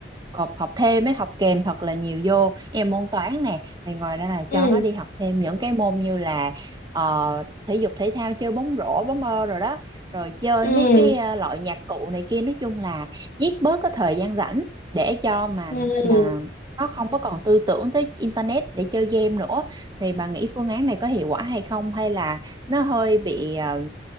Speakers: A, on the right (about 25°); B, on the left (about 50°).
A: học học thêm ấy học kèm thật là nhiều vô em môn toán nè rồi ngoài ra là
B: ừ
A: cho nó đi học thêm những cái môn như là ờ, thể dục thể thao chơi bóng rổ bóng mơ rồi đó rồi chơi
B: ừ
A: mấy cái ờ, loại nhạc cụ này kia nói chung là giết bớt cái thời gian rảnh để cho mà
B: ừ
A: là nó không có còn tư tưởng tới internet để chơi game nữa thì bà nghĩ phương án này có hiệu quả hay không hay là nó hơi bị ờ,